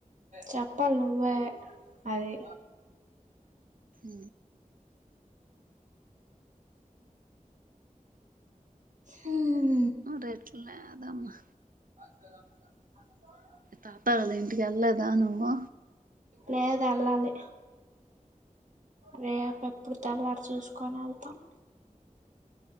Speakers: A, on the right (about 65°); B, on the right (about 85°).
A: చెప్పాల్ నువ్వే అదే
B: ఉ
A: హ్మ్
B: రేట్లు లేదమ్మా
A: <inaudible>
B: తాత వాళ్ళ ఇంటికి వెళ్ళలేదా నువ్వు
A: లేదు ఎల్లాలి రేపు ఎప్పుడ్ తెల్లారి చూసుకొని ఎల్తామ్